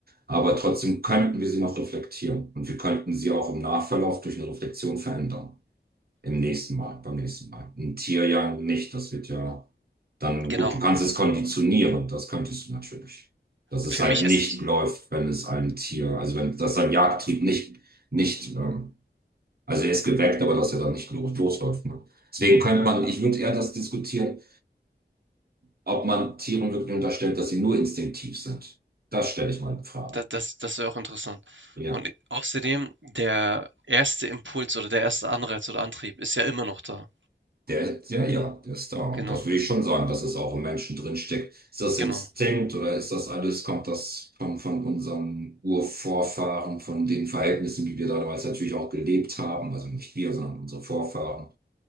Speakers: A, on the right; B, on the right.
A: aber trotzdem könnten wir sie noch reflektieren und wir könnten sie auch im Nachverlauf durch eine Reflexion verändern. Im nächsten Mal, beim nächsten Mal. Ein Tier ja nicht, das wird ja dann,
B: Genau.
A: gut, du kannst es konditionieren, das könntest du natürlich. Dass es
B: Für
A: halt
B: mich
A: nicht
B: ist
A: läuft, wenn es einem Tier, also wenn das sein Jagdtrieb nicht, nicht, ähm, also er ist geweckt, aber dass er dann nicht losläuft. Ne? Deswegen könnte man, ich würde eher das diskutieren, ob man Tieren wirklich unterstellt, dass sie nur instinktiv sind. Das stelle ich mal in Frage.
B: das, das, das wäre auch interessant.
A: Ja,
B: Und außerdem, der erste Impuls oder der erste Anreiz oder Antrieb ist ja immer noch da.
A: der, der, ja, ja, der ist da. Und
B: Genau,
A: das würde ich schon sagen, dass es auch im Menschen drinsteckt. Ist das
B: genau,
A: Instinkt oder ist das alles, kommt das von, von unseren Urvorfahren, von den Verhältnissen, wie wir damals natürlich auch gelebt haben? Also nicht wir, sondern unsere Vorfahren.